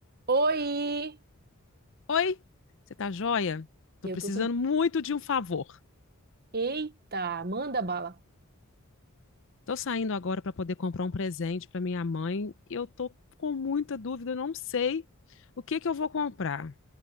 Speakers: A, on the right; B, on the left.
A: Oi!
B: Oi, você tá joia? Tô
A: Eu
B: precisando
A: tô tudo.
B: muito de um favor.
A: Eita, manda bala.
B: Tô saindo agora para poder comprar um presente para minha mãe e eu tô com muita dúvida, eu não sei o que que eu vou comprar.